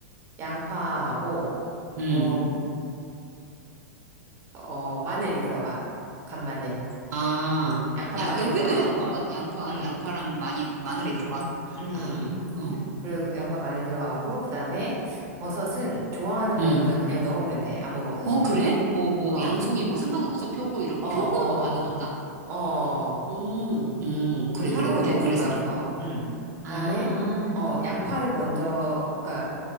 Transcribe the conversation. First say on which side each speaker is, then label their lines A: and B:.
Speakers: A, on the right (about 30°); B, on the right (about 75°).
A: 양파하고,
B: 음,
A: 어, 어, 마늘이 들어가. 간마늘.
B: 아,
A: 음 양파,
B: 야,
A: 마늘
B: 여기도
A: 들어가고,
B: 양파가, 양파,
A: 응,
B: 양파랑 많이, 마늘이
A: 응,
B: 들어가.
A: 응, 응.
B: 아, 어,
A: 그리고 양파 많이 들어가고, 그 다음에 버섯은 좋아하는 버섯을
B: 음,
A: 그냥 넣으면 돼. 아무 버섯이나.
B: 어, 그래? 뭐, 뭐,
A: 어,
B: 양송이 뭐 상관없어? 표고 이런,
A: 어, 어,
B: 표고도 가능한가?
A: 어, 어.
B: 음, 음,
A: 그
B: 그래,
A: 향으로
B: 그래, 그래,
A: 먹는
B: 그래서,
A: 거여서, 음. 그다음에,
B: 아,
A: 어, 양파를 먼저, 그니까,